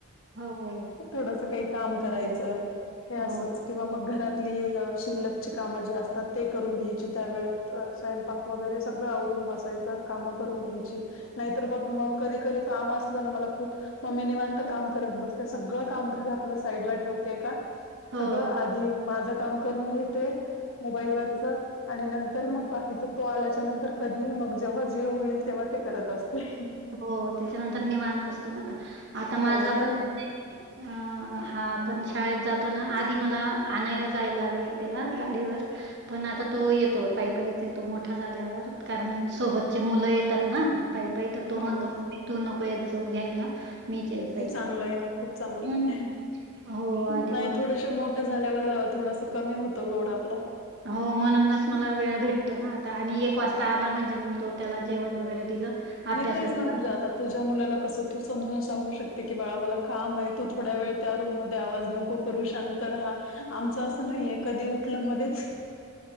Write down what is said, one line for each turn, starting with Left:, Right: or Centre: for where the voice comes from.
Right: हो हो
Left: थोडसा काही काम करायचं हे असंच
Right: हो
Left: किंवा मग घरातली अ शिल्लकची कामं जे असतात ते करून घ्यायची त्यावेळेत स्वयंपाक वगैरे सगळं आवरून बसायचं कामं करून घ्यायची नाहीतर बघ मग कधी-कधी काम असलं ना मला खूप म मी निवांत काम करत बसते सगळं काम घरातलं साईडला ठेवते एका
Right: हो
Left: सगळं आधी माझं काम करून घेते मोबाईल वरचं आणि नंतर मग बाकीचा तो आल्याच्या नंतर कधीही मग जेव्हा जे होईल तेव्हा ते करत असते.
Right: हो त्याच्यानंतर निवांत असतो ना आता आता
Left: हो
Right: माझा
Left: कारण
Right: पण म्हणजे हा आपण शाळेत जातो ना आधी मला आणायला जायला लागायचं त्याला गाडीवर. पण आता तो येतो पायपायीचे तो मोठा झाल्यावर कारण सोबतची मुलं येतात ना. पाय पाय तर तो
Left: हो
Right: म्हणतो मम्मी तू नको येत जाऊ घ्यायला मीच येत
Left: नाही
Right: जाईल."
Left: चांगलं आहे ना खूप चांगलं
Right: हं.
Left: आहे
Right: हो आणि
Left: नाही
Right: मग
Left: थोडशे मो ठ झाल्यावर अ थोडसा कमी होतो लोड आपला.
Right: हो म्हणूनच मला वेळ भेटतो ना आता आणि एक वाजता आला म्हणजे मग तो त्याला जेवण वगैरे दिलं अभ्यासाचं
Left: आणि तेच ना म्हणजे आता तुझ्या मुलाला कसं तू समजून सांगू शकते की बाळा मला काम आहे तु थोड्या वेळ त्या रूम मध्ये आवाज नको करू शांत राहा. आमचं असं नाही आहे कधी उठलं मध्येच